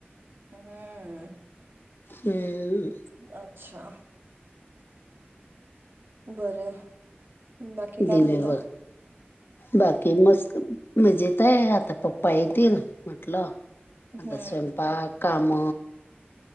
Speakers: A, on the right; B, on the left.
A: हम्म.
B: हम्.
A: अच्छा. बरं बाकी काय
B: दिवे
A: म्हणता?
B: व बाकी मस्त मजेत आहे आता पप्पा येतील म्हटलं.
A: हम्म
B: आता स्वयंपाक काम.